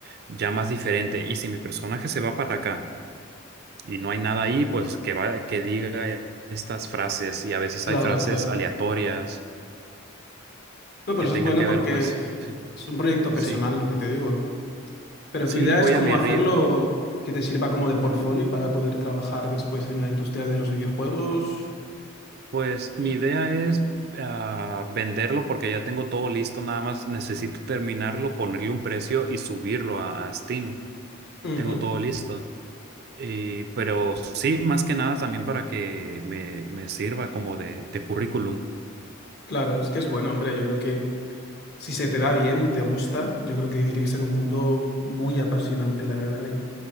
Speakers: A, on the right (about 50°); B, on the left (about 50°).
A: ya más diferente. Y si mi personaje se va para acá y no hay nada ahí, pues que va, que diga eh, estas frases y a veces
B: claro,
A: hay frases
B: claro.
A: aleatorias
B: No, pero
A: que
B: eso
A: tengan
B: es bueno
A: que
B: porque
A: ver, pues
B: es
A: sí,
B: es un proyecto
A: sí,
B: personal, lo que te digo. Pero
A: sí,
B: tu idea
A: voy
B: es como
A: a mi
B: hacerlo
A: ritmo.
B: que te sirva como de portfolio para poder trabajar después en la industria de los videojuegos.
A: Pues mi idea es ah, venderlo porque ya tengo todo listo, nada más necesito terminarlo, ponerle un precio y subirlo a, a Steam.
B: Ujú.
A: Tengo todo listo. Y- pero sí, más que nada también para que me, me sirva como de, de currículum.
B: Claro, es que es bueno, hombre. Yo creo que si se te da bien y te gusta, yo creo que tiene que ser un mundo muy apasionante, la verdad. Y,